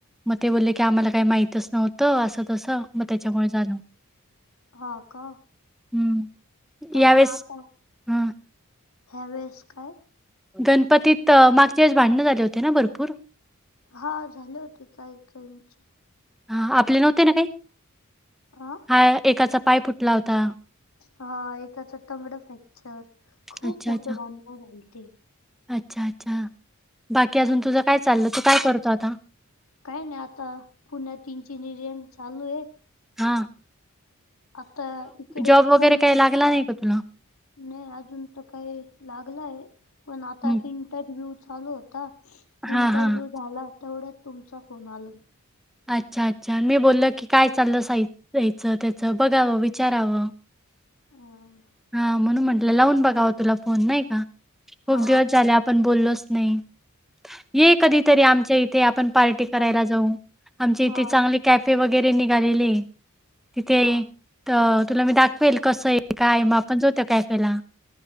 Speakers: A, in the centre; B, on the left.
A: मग ते बोलले की आम्हाला काही माहितच नव्हतं, असं तसं मग त्याच्यामुळे झालं.
B: हं का
A: हं.
B: तर
A: यावेळेस
B: मा आ कोण?
A: हं.
B: ह्या वेळेस काय
A: गणपतीत मागच्या वेळेस भांडणं झाले होते ना भरपूर
B: हा झाले होते काय काय यचे
A: हा आपले नव्हते ना काही
B: आ?
A: हा एकाचा पाय फुटला होता
B: हा एकाच तंगड फ्रॅक्चर खूप
A: अच्छा,
B: मोठ
A: अच्छा.
B: भांडण झाल ती
A: अच्छा अच्छा बाकी अजून तुझं काय चाललं तू काय करतो आता
B: काय नाही आता पुण्यात इंजिनीयरिंग चालू आहे
A: हा
B: आता इकडे
A: जॉब वगैरे
B: पोलीस
A: काही लागला नाही का तुला?
B: नाही अजून तर काही लागलंय पण आता
A: हं.
B: इंटरव्ह्यू चालू होता
A: हां,
B: इंटरव्ह्यू
A: हां.
B: झाला तेवढ्यात तुमचा फोन आला
A: अच्छा अच्छा मी बोलले की काय चाललंय साई हेच त्याच बघावं विचारावं
B: हा
A: हा म्हणून म्हंटलं लावून बघावा तुला फोन नाही का खूप
B: हा
A: दिवस झाले आपण बोललोच नाही ये कधीतरी
B: तुम
A: आमच्या इथे आपण पार्टी करायला
B: हा
A: जाऊ आमच्या इथे
B: हा
A: चांगली कॅफे वगैरे निघालेले तिथे
B: हा
A: तर तुला मी दाखवेल कसं आहे काय
B: हा
A: मग आपण जाऊ त्या कॅफेला